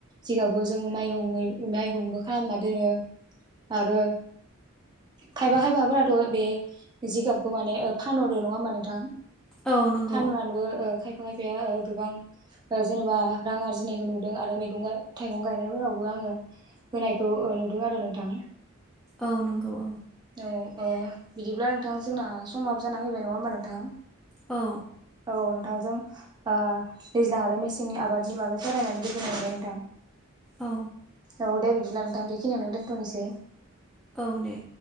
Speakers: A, on the right; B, in the centre.
A: जिगाबखौ जों माइहुङै माइहुंबो खालामना दोनो आरो खायबा खायफाफोराथ' बे जिगाबखौ माने फानहरो नङा होमबा नोंथां।
B: औ नंगौ
A: फानहरनानैबो ओ खाय फा खायफाया गोबां जेनेबा रां आरजिनायखौ नुदों आरो मैगं गा थाइगं गायनायफोरावबो आङो होनायखौ नुदों आरो नोंथां।
B: औ नंगौ औ।
A: औ औ बिदिब्ला नोंथां जोंना समाब जाना फैबाय नङा होमबा नोंथां।
B: औ।
A: औ नोंथांजों दैज्लां आरो मेसेंनि आबादनि बागै सावरायनानै गोजोननाय मोनबाय नोंथां।
B: औ।
A: औ दे बिदिब्ला नोंथां बेखिनियावनो दोनथ'नोसै।
B: औ दे।